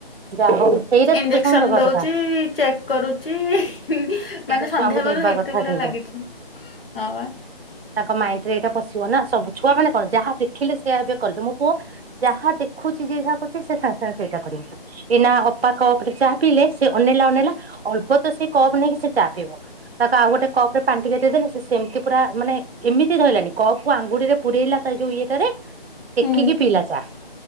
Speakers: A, on the right; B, on the left.
A: ଯାହା ହଉ ସେଇଟା
B: ଇଞ୍ଜେକ୍ସନ
A: ଛୋଟ ଛୁଆଙ୍କୁ ଦବା
B: ଦଉଛି
A: କଥା
B: ଚେକ୍ ଚି ହିଁ,
A: ସେଇଟା
B: ମାନେ ସନ୍ଧ୍ୟା
A: ଛୁଆଙ୍କୁ ଦେବା
B: ବେଳୁ ହେଇଥିରେ
A: କଥା
B: ପୁରା
A: କିନ୍ତୁ
B: ଲାଗିଛି ହଁ ବା।
A: ତାଙ୍କ ମାଇଣ୍ଡ ରେ ଏଇଟା ପଶିବ ନା ସବୁ ଛୁଆ ମାନେ କଣ ଯାହା ଦେଖିଲେ ସେଆବେ କଲେ, ମୋ ପୁଅ ଯାହା ଦେଖୁଛି ଯେ ଯାହା କରଛି ସେ ସାଙ୍ଗେ ସାଙ୍ଗେ ସେଇଟା କରମି ଏଇ ନା ଅପାକଟେ ଚା ପିଲେ ସେ ଅନେଇଲା ଅନେଇଲା ଅଳ୍ପ ତ ସେ କପ ନେଇକି ସେ ଚା ପିବ। ତାକୁ ଆଉ ଗୋଟେ କପ ରେ ପାଣି ଟିକେ ଦେଇଦେଲେ ସେ ସେମିତି ପୁରା ମାନେ ଏମିତି ଧଇଲାନି କପ କୁ ଆଙ୍ଗୁଡିରେ ପୁରଇଲା ତା ଯୋଉ ଇଏଟାରେ ଟେକିକି
B: ହୁଁ।
A: ପିଲା ଚା।